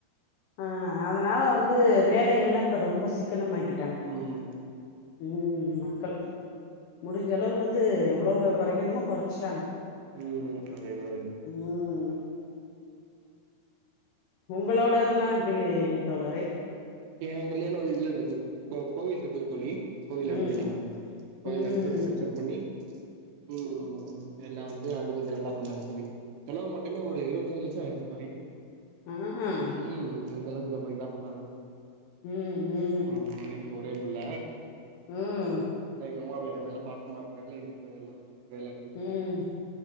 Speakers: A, on the left; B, on the right.
A: அ அத்னால வந்து வேலைகளெல்லா இப்ப ரொம்ப சிக்கனமாக்கிட்டாங்க
B: ம்
A: உம் மக்கள் முடிஞ்சளவு வந்து எவ்வளவோ கொறக்கணுமோ கொறச்ட்டாங்க
B: ம் அதேதா அதே
A: உம் ஒங்களோடதெல்லா எப்டி தோழரே
B: ஏ கல்யாணோ இதுல நடந்த்ச்சு கோவில் இருக்குல்ல தோழி கோவில்ல
A: ம்
B: நடத்திட்டாங்க கோயில்
A: ம்
B: நடத்தி ரிசப்ஷன் பண்ணி ம் இத எல்லா வந்து அது கொஞ்சோ நல்லா பண்ணாங்க தோழி செலவு மட்டுமே ஒரு இருவத்தஞ்சு லட்சோ ஆயிச்சு தோழி
A: உ ம் ம்
B: ம் அந்தளவுக்கு நம்ம இதா பண்ணாங்க
A: ம் உம்
B: ம் வீட்டுக்கு ஒரே புள்ள
A: ம்
B: எவ்வளோ ஏ மேல பாசமா இருக்கால்ல இருக்கு எல்லா வேல
A: ம்